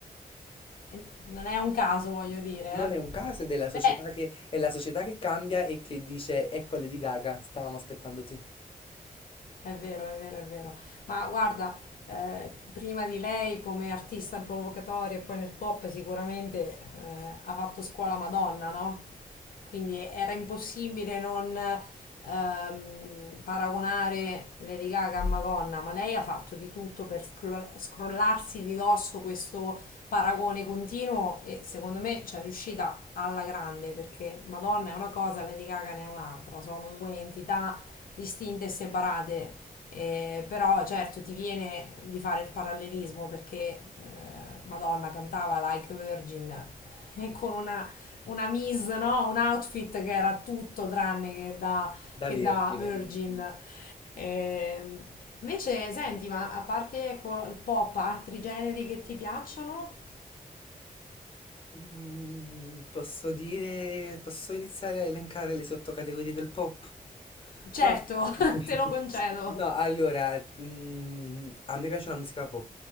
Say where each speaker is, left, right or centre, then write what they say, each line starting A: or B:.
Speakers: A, on the left; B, on the left.
A: e non è un caso, voglio dire.
B: Non
A: eh.
B: è un caso ed è la società
A: Beh,
B: che, è la società che cambia e che dice, ecco Lady Gaga, stavamo aspettando te.
A: È vero, è vero, è vero. Ma guarda, eh, prima di lei come artista provocatoria e poi nel pop sicuramente eh, ha fatto scuola Madonna, no? Quindi era impossibile non ehm, paragonare Lady Gaga a Madonna, ma lei ha fatto di tutto per scro- scrollarsi di dosso questo paragone continuo e secondo me ci è riuscita alla grande perché Madonna è una cosa, Lady Gaga ne è un'altra, sono due entità distinte e separate. Eh, però certo ti viene di fare il parallelismo perché eh, Madonna cantava Like a Virgin <laughs> e con una, una mise, no? Un outfit che era tutto tranne che da,
B: Da
A: che
B: vergine.
A: da Virgin. Eh, invece, senti, ma a parte ecco, il pop, altri generi che ti piacciono?
B: Mm, posso dire, posso iniziare a elencare le sottocategorie del pop?
A: Certo,
B: No,
A: <laughs>
B: <laughs>
A: te lo concedo.
B: no, allora, mm, a me piace la musica pop,